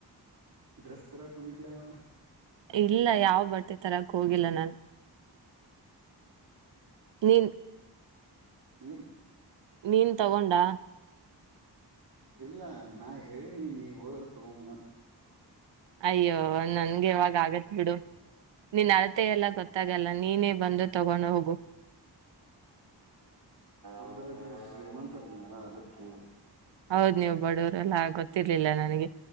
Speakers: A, on the right (about 60°); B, on the right (about 85°).
A: ಡ್ರೆಸ್ ತರಕ ಹೂಗಿದ್ದೆ ಆಮಲೆ
B: ಇಲ್ಲ ಯಾವ ಬಟ್ ಮ ತರಕ್ಕೆ ಹೋಗಿಲ್ಲ ನಾನು ನೀನ್
A: ಹ್ಮ
B: ನೀನ್ ತಗೊಂಡಾ
A: ಇಲ್ಲ ನಾ ಹೇಳಿನಿ ನೀ ಹೋದರ ತಗೋಂಬಂತ
B: ಅಯ್ಯೋ ನನ್ಗೆ ಯಾವಾಗ ಆಗತ್ ಬಿಡು ನೀನ್ ಅಳತೆ ಎಲ್ಲ ಗೊತ್ತಾಗಲ್ಲ ನೀನೇ ಬಂದು ತಗೊಂಡು ಹೋಗು.
A: ಅಂದ್ರ ಶ್ರೀಮಂತರಲ್ಲ ಅದಕ್ಕೆ
B: ಹೌದ್ ನೀವು ಬಡವರೆಲ್ಲಾ ಗೊತ್ತಿರ್ಲಿಲ್ಲ ನನಗೆ